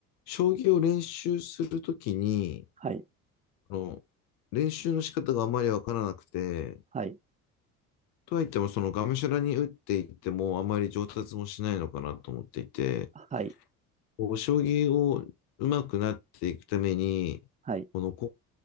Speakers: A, on the left; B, on the right.
A: 将棋を練習するときに、
B: はい、
A: あの、練習の仕方があまりわからなくて、
B: はい、
A: とはいっても、そのがむしゃらに打っていっても、あまり上達もしないのかなと思っていて、
B: はい。
A: こう将棋を上手くなっていくために、
B: はい。
A: このこ